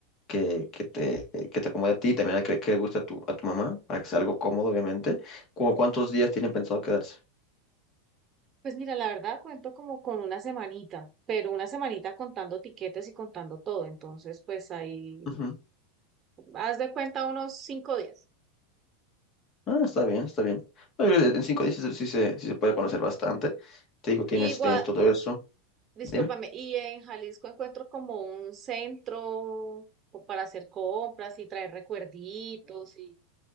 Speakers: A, on the left (about 40°); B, on the right (about 30°).
A: que, que te, que te acomode a ti y también a que, que le guste a tu, a tu mamá para que sea algo cómodo, obviamente. ¿Cómo cuántos días tienen pensado quedarse?
B: Pues mira, la verdad cuento como con una semanita, pero una semanita contando tiquetes y contando todo. Entonces, pues ahí,
A: Ujú.
B: haz de cuenta unos cinco días.
A: Ah, está bien, está bien. No, yo creo que En cinco días sí, se, sí se sí se puede conocer bastante. Te digo, tienes,
B: Y Gua-
A: tienes todo eso.
B: discúlpame,
A: Dime.
B: y en Jalisco encuentro como un centro o para hacer compras y traer recuerditos y